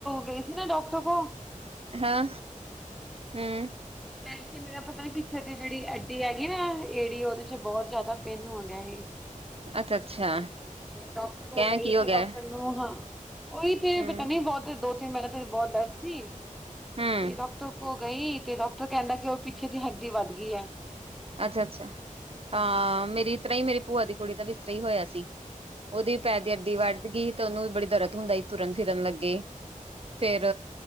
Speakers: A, in the centre; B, on the right.
A: ਗਏ ਸੀ ਨਾ ਡਾਕਟਰ ਕੋਲ
B: ਹਾਂ ਹਮ
A: ੈ ਮੇਲਾ ਪ ਕਿ <unintelligible> ਇੱਥੇ ਦੀ ਜਿਹੜੀ ਅੱਡੀ ਹੈਗੀ ਨਾ ਏੜੀ ਉਹਦੇ ਚ ਬਹੁਤ ਜ਼ਿਆਦਾ ਪੇਨ ਹੋਣ ਦਿਆ ਸੀ।
B: ਅੱਛਾ -ਅੱਛਾ
A: ਡਾਕਟਰ ਹੋ
B: ਕਹਿ
A: ਗਏ
B: ਕੀ
A: ਤੇ
B: ਗਿਆ
A: ਡਾਕਟਰ ਨੂੰ ਹਾਂ, ਉਹੀ ਤੇ
B: ਹੂੰ
A: ਪਤਾ ਨੀ ਬਹੁਤ ਦੋ ਮੇਰਾ ਤੇ ਬਹੁਤ ਦਰਦ ਸੀ,
B: ਹੂੰ
A: ਤੇ ਡਾਕਟਰ ਓ ਗਈ, ਤੇ ਡਾਕਟਰ ਕਹਿੰਦਾ ਕਿ, ਉਹ ਪਿੱਛੇ ਦੀ ਹੱਡੀ ਵੱਧ ਗਈ ਐ।
B: ਅੱਛਾ-ਅੱਛਾ, ਹਾਂ, ਮੇਰੀ ਇ ਤਰਾਂਈ, ਮੇਰੀ ਭੂਆ ਦੀ ਕੁੜੀ ਦਾ ਵੀ ਇਸ ਤਰਾਂ ਹੀ ਹੋਇਆ ਸੀ। ਉਹਦੀ, ਪੈਰ ਦੀ ਅੱਡੀ ਵੱਧ ਗਈ। ਤੇ ਉਹਨੂੰ ਵੀ ਬੜੀ ਦਰਦ ਹੁੰਦਾ ਸੀ ਤੁਰਨ ਫਿਰਨ ਲੱਗੇ ਫੇਰ